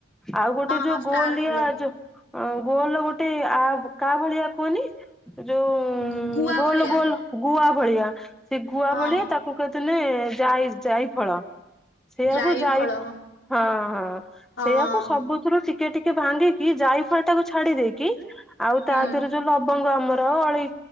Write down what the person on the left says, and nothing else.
ହଁ
ହଁ ଷ୍ଟାର
ଫୁଲ
ଗୁ ଗୁଆ
ଭଳିଆ
ହଁ
ଜାଇ
ଫଳ
ହଁ
ହୁଁ